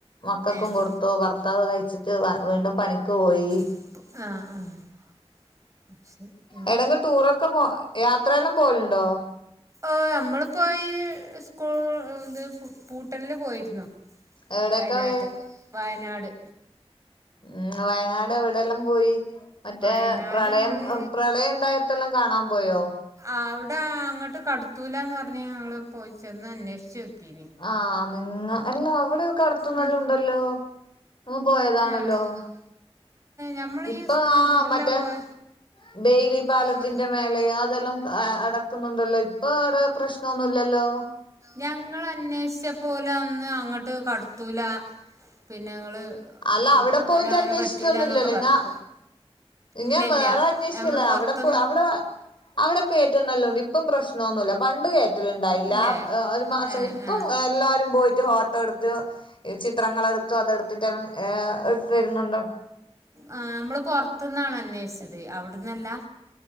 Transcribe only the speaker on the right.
ഏഹ്
ആഹാ ആഹാ... !
ആ നമ്മളിപോഈ സ്കൂൾ ഇത് പൂട്ടലില് പോയിരുന്നു.
വയനാട്ടക്ക്
വയനാട്.
വയനാട്
നമ്മള്
ആഹാ അവിടെ അങ്ങോട്ട് കടുത്തൂലന്ന് പറഞ്ഞു ഞങ്ങൾ പോയി ചെന്ന് അന്വേഷിചോക്കിന്.
ഉം
ആഹ് ഞമ്മള്
ഈ സ്കൂൾ
പൂട്ടിലാ
പോയ
നമ്മള്
ഞങ്ങള അന്വേഷിച്ച പോല് അന്ന് അങ്ങോട്ട് കടത്തൂല, പിന്നെ ഞങ്ങള്-
അങ്ങനെ
അങ്ങനെ
പറ്റൂല എന്നൊക്കെ
പറഞ്ഞു ഇല്ല
ഇല്ല
ഞമ്മള് പൊറത്ത്ന്ന്
ഇല്ലേ
ഏഹ്
ആഹ്
ആഹാ നമ്മള് പുറത്തന്നാണ് അന്വേഷിച്ചത് അവിടന്നല്ല.